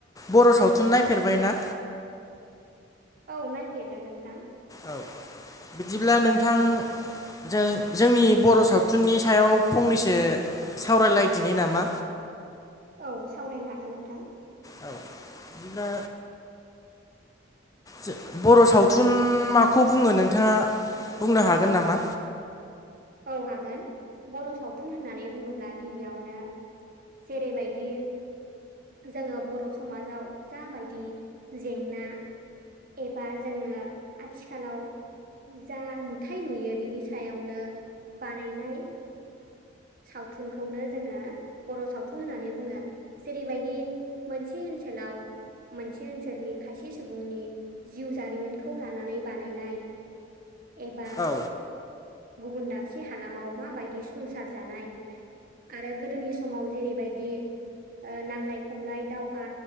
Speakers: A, on the left; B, on the right.
A: बर' सावथुन नायफेरबाय ना?
B: औ नायफेरदों नोंथां।
A: औ बिदिब्ला नोंथां जों-जोंनि बर' सावथुननि सायाव फंनैसो सावरायलायदिनि नामा
B: औ सावरायनो हागोन नोंथां।
A: औ बिदिब्ला जो बर' सावथुन माखौ बुङो नोंथाङा बुंनो हागोन नामा?
B: औ हागोन बर' सावथुन होननानै बुङोब्ला गिबियावनो जेरैबायदि जोङो बर' समाजाव जाबायदि जेंना एबा जोङो आथिखालाव जा नुथाय नुयो बिनि सायावनो बानायनाय सावथुनखौनो जोङो बर' सावथुन होननानै बुङो जेरैबायदि मोनसे ओनसोलाव मोनसे ओनसोलनि खायसे सुबुंनि जिउ जारिमिनखौ लानानै बानायनाय एबा
A: औ
B: गुबुन दाब से हालामाव माबायदि संसार जानाय आरो गोदोनि समाव जेरैबायदि ओ नांलाय खमलाय दावहा